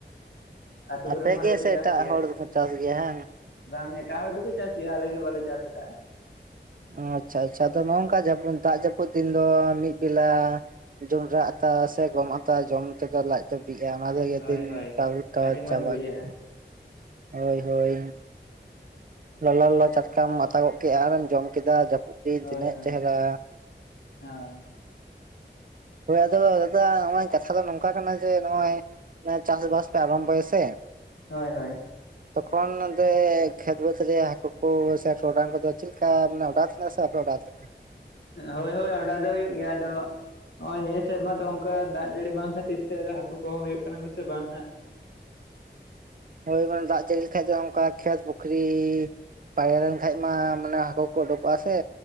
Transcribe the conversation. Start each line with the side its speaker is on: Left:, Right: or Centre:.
Left: ᱟᱹᱛᱳ
Right: ᱟᱯᱮ
Left: ᱠᱚᱨᱮᱱ ᱦᱚᱲ
Right: ᱜᱮ
Left: ᱫᱚᱠᱚ
Right: ᱥᱮ
Left: ᱪᱟᱥ
Right: ᱮᱴᱟᱜ
Left: ᱠᱮᱭᱟ
Right: ᱦᱚᱲ ᱫᱚᱠᱚ ᱪᱟᱥ ᱜᱮᱭᱟ ᱦᱟᱝ
Left: ᱵᱟᱝ ᱮᱴᱟᱜ ᱦᱚᱲ ᱫᱚᱠᱚ ᱪᱟᱥ ᱜᱮᱭᱟ ᱟᱞᱮ ᱜᱮ ᱵᱟᱞᱮ ᱪᱟᱥ ᱠᱟᱜ-ᱟ
Right: ᱚ ᱟᱪᱪᱷᱟ ᱟᱪᱪᱷᱟ ᱟᱫᱚ ᱱᱚᱜ ᱱᱚᱝᱠᱟ ᱡᱟᱹᱯᱩᱫ ᱫᱟᱜ ᱡᱟᱹᱯᱩᱫ ᱫᱤᱱ ᱫᱚ ᱢᱤᱫ ᱵᱮᱞᱟ ᱡᱚᱸᱰᱨᱟ ᱟᱛᱟ ᱥᱮ ᱜᱚᱢ ᱟᱛᱟ ᱡᱚᱢ ᱛᱮᱫᱚ ᱞᱟᱡ ᱫᱚ ᱵᱤᱜᱼᱟ ᱚᱱᱟ ᱛᱮᱜᱮ
Left: ᱦᱳᱭ
Right: ᱫᱤᱱ
Left: ᱦᱳᱭ
Right: ᱠᱟᱞ ᱠᱟ
Left: ᱟᱹᱰᱤ
Right: ᱪᱟᱵᱟ
Left: ᱢᱚᱸᱡᱽ ᱵᱩᱡᱷᱟᱹᱜᱼᱟ
Right: ᱤᱫᱤᱜ ᱟ ᱦᱳᱭ ᱦᱳᱭ ᱞᱚᱞᱚ ᱞᱚᱞᱚ ᱪᱟᱴᱠᱟᱢ ᱟᱛᱟ ᱜᱚᱫ ᱠᱮᱫᱼᱟ ᱟᱨᱮᱢ ᱡᱚᱢ ᱠᱮᱫᱟ ᱫᱤᱱ
Left: ᱦᱳᱭ
Right: ᱛᱤᱱᱟᱹᱜ
Left: ᱦᱳᱭ
Right: ᱪᱮᱦᱨᱟ
Left: ᱦᱳᱭ
Right: ᱦᱳᱭ ᱟᱫᱚ ᱫᱟᱫᱟ ᱱᱚᱜᱼᱚᱭ ᱠᱟᱛᱷᱟ ᱫᱚ ᱱᱚᱝᱠᱟ ᱠᱟᱱᱟ ᱡᱮ ᱱᱚᱜᱼᱚᱭ ᱪᱟᱥᱵᱟᱥ ᱯᱮ ᱟᱨᱚᱢᱵᱷᱚᱭᱟᱥᱮ
Left: ᱦᱳᱭ ᱦᱳᱭ
Right: ᱛᱚᱠᱷᱚᱱ ᱱᱚᱸᱰᱮ ᱠᱷᱮᱛ ᱵᱟᱹᱫᱽ ᱨᱮ ᱦᱟᱹᱠᱩ ᱠᱚ ᱥᱮ ᱴᱚᱨᱚᱰᱟᱝ ᱠᱚᱫᱚ ᱪᱮᱫ ᱠᱟ ᱢᱟᱱᱮ ᱚᱰᱟᱣ ᱛᱟᱦᱮᱱᱟ ᱥᱮ ᱵᱟᱯᱮ ᱚᱰᱟᱣ ᱛᱟᱦᱮᱱᱟ
Left: ᱦᱳᱭ ᱦᱳᱭ ᱚᱰᱟᱣ ᱫᱚ ᱦᱩᱭᱩᱜ ᱜᱮᱭᱟ ᱟᱫᱚ ᱱᱚᱜᱼᱚᱭ ᱱᱤᱭᱟᱹ ᱥᱮᱨᱢᱟ ᱫᱚ ᱚᱱᱠᱟ ᱫᱟᱜ ᱡᱟᱹᱲᱤ ᱵᱟᱝ ᱠᱷᱟᱹᱛᱤᱨ ᱛᱮ ᱦᱟᱹᱠᱩ ᱠᱚᱦᱚᱸ ᱦᱩᱭᱩᱜ ᱠᱟᱱᱟ ᱠᱚ ᱥᱮ ᱵᱟᱝ ᱦᱟᱜ
Right: ᱦᱳᱭ ᱢᱟᱱᱮ ᱫᱟᱜ ᱡᱟᱹᱲᱤ ᱞᱮᱠᱷᱟᱡ ᱫᱚ ᱚᱱᱠᱟ ᱠᱷᱮᱛ ᱯᱩᱠᱷᱩᱨᱤ ᱯᱟᱭᱨᱟ ᱞᱮᱱᱠᱷᱟᱱᱡ ᱢᱟ ᱢᱟᱱᱮ ᱦᱟᱹᱠᱩ ᱠᱚ ᱩᱰᱩᱠᱚᱜᱼᱟ ᱥᱮ